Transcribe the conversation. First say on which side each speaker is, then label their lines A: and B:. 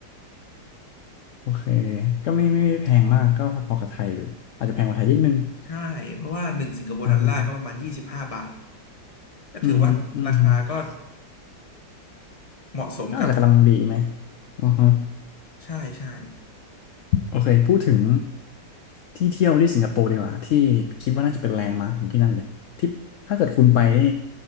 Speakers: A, on the left; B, on the left.
A: โอเคก็ไม่ไม่ไม่แพงมากก็พอๆกับไทยอยู่อาจจะแพงกว่าไทยนิดนึง
B: ใช่เพราะว่าหนึ่งสิงคโปร์ดอลลาร์ก็ประมาณยี่สิบห้าบาท
A: อ่าฮะ
B: ก็ถือว่าราคาก็
A: อือฮึอือฮึ
B: เหมาะสมกับ
A: ก็อาจจะกำลังดีไหมอือฮะ
B: ใช่ใช่
A: โอเคพูดถึงที่เที่ยวที่สิงคโปร์ดีกว่าที่คิดว่าน่าจะเป็นแลนด์มาร์คของที่นั่นเลยที่ถ้าเกิดคุณไปนี่